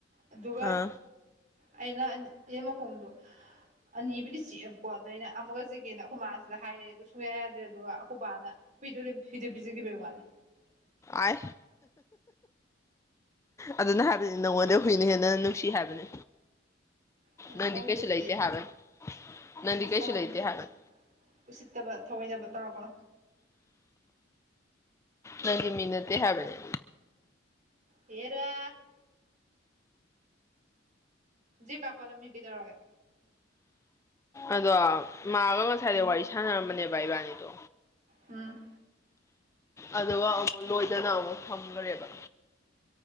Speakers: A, on the right; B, on the left.
A: ꯑꯗꯨꯒ
B: ꯑꯥ
A: ꯑꯩꯅ ꯑꯟ ꯌꯦꯟ ꯃꯈꯣꯡꯗꯣ ꯑꯅꯤꯕꯨꯗꯤ ꯆꯤꯛꯑꯦꯕꯀꯣ ꯑꯗ ꯑꯩꯅ ꯑꯃꯒ ꯆꯤꯛꯀꯦꯅ ꯑꯈꯣꯏ ꯃꯥꯥꯁꯤꯗ ꯍꯥꯏꯔꯦ ꯑꯗꯨꯒ ꯁꯨꯡꯌꯥ ꯌꯥꯗ꯭ꯔꯦ ꯑꯗꯨꯒ ꯑꯈꯣꯏꯕꯥꯅ ꯍꯨꯏꯗ ꯂꯨꯏꯝ ꯍꯤꯗ ꯄꯤꯖꯒꯤꯕꯩ ꯋꯥꯟꯅꯦ
B: ꯑꯥꯏ <unintelligible> ꯑꯗꯨꯅ ꯍꯥꯏꯕꯅꯤ ꯅꯪꯉꯣꯟꯗꯩ ꯍꯨꯏꯅ ꯍꯦꯟꯅ ꯅꯨꯡꯁꯤ ꯍꯥꯏꯕꯅꯤ
A: ꯑꯩꯅ
B: ꯅꯪꯗꯤ
A: ꯁꯥꯎꯅꯤꯡꯕꯁꯤꯗꯤ
B: ꯀꯩꯁꯨ ꯂꯩꯇꯦ ꯍꯥꯏꯕꯟ ꯅꯪꯗꯤ
A: ꯑꯩꯅ ꯁꯥꯎꯅꯤꯡꯕꯁꯤꯗꯤ
B: ꯀꯩꯁꯨ ꯂꯩꯥꯇꯦ ꯍꯥꯏꯕꯟ
A: ꯎꯁꯤꯠꯇꯕ ꯊꯧꯑꯣꯏꯗꯕ ꯇꯧꯔꯛꯀꯅꯣ
B: ꯅꯪꯗꯤ ꯃꯤ ꯅꯠꯇꯦ ꯍꯥꯏꯕꯅꯦ
A: ꯑꯦꯔꯥ ꯖꯦꯀꯥ ꯄꯜꯂꯝꯃꯤ ꯀꯩꯗꯧꯔꯒꯦ
B: ꯑꯗꯣ ꯃꯥꯒ ꯉꯁꯥꯏꯗꯩ
A: ꯎꯝ
B: ꯋꯥꯔꯤ ꯁꯥꯟꯅꯔꯝꯕꯅꯦꯕ ꯏꯕꯥꯅꯤꯗꯣ
A: ꯎꯝ
B: ꯑꯗꯨꯒ ꯑꯃꯨ ꯂꯣꯏꯗꯅ ꯑꯃꯨꯛ ꯊꯝꯒꯔꯦꯕ